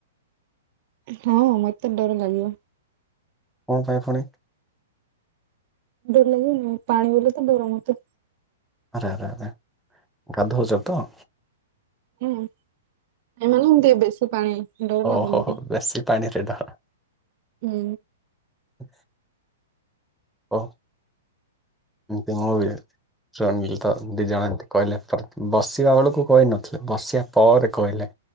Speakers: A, on the right; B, in the centre.
A: ହଁ ମତେ ଡର ଲାଗିବ।
B: କଣ ପାଇଁ ଫୁଣି?
A: ଡର ଲାଗିବନି ପାଣିକୁ ଗଲେ ତ ଡର ମତେ।
B: ଆରେ ଆରେରେ ଗାଧଉଛ ତ?
A: ହୁଁ ଏ ମାନେ ଏମତି ବେଶୀ ପାଣି ଡର
B: ଓହୋ
A: ଲାଗୁନି
B: ହୋ
A: କି?
B: ବେଶୀ ପାଣିରେ ଡ଼ର
A: ହୁଁ।
B: ହ ଓ। ଏମତି ହ ବେ ରନିଲ ତ ଦି ଜଣ ଏମନ୍ତି କହିଲେ ତ ବସିବା ବେଳକୁ କହିନଥିଲେ ବସିବା ପରେ କହିଲେ।